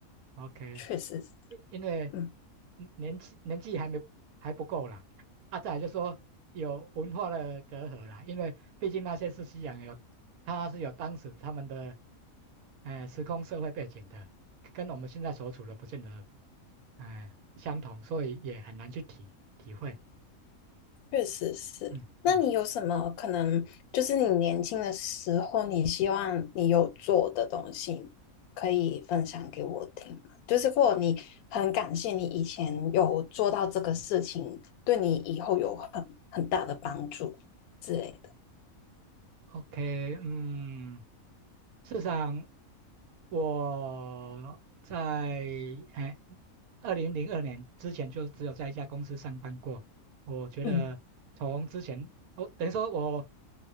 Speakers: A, on the right; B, on the left.
A: ，OK。
B: 确实是，
A: 因因为
B: 嗯，
A: 嗯年纪年纪还没还不够啦，啊，再来就说有文化的隔阂啦，因为毕竟那些是西洋有，他是有当时他们的，呃，时空社会背景的，跟我们现在所处的不见得，呃，相同，所以也很难去体体会，
B: 确实是。
A: 嗯嗯。
B: 那你有什么可能，就是你年轻的时候，你希望你有做的东西，可以分享给我听吗？就是或者你很感谢你以前有做到这个事情，对你以后有很很大的帮助之类的。
A: OK，嗯，事实上我在哎二零零二年之前就只有在一家公司上班过。我觉得从之前，
B: 嗯。
A: 哦，等于说我